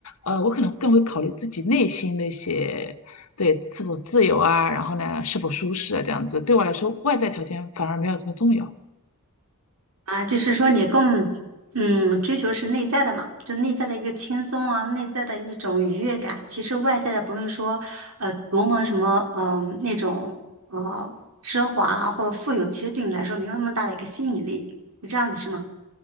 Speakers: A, on the left; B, on the right.
A: 呃，我可能更会考虑自己内心那些，对，是否自由啊，然后呢，是否舒适啊这样子。对我来说，外在条件反而没有这么重要。
B: 啊，就是说你更嗯追求的是内在的嘛，就内在的一个轻松啊，内在的一种愉悦感。其实外在的，不论说呃多么什么嗯、呃那种呃奢华啊或者富有，其实对你来说没有那么大的一个吸引力。是这样子是吗？